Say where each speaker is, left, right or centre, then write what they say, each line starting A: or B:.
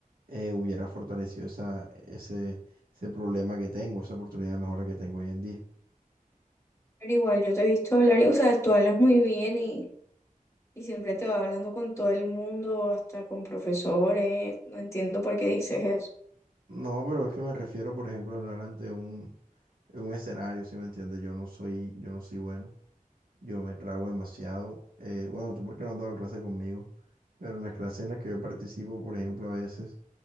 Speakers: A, on the right (about 85°); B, on the left (about 20°).
A: eh, hubiera fortalecido esa, ese, ese problema que tengo, esa oportunidad de mejora que tengo hoy en día.
B: Pero igual, yo te he visto hablar y, o sea, tú hablas muy bien y Y siempre te va hablando con todo el mundo, hasta con profesores. No entiendo por qué dices eso.
A: No, pero es que me refiero, por ejemplo, a hablar ante un, en un escenario, si me entiendes? Yo no soy, yo no soy bueno. Yo me trago demasiado. Eh, bueno, tú porque no has dado clase conmigo, pero en las clases en las que yo participo, por ejemplo, a veces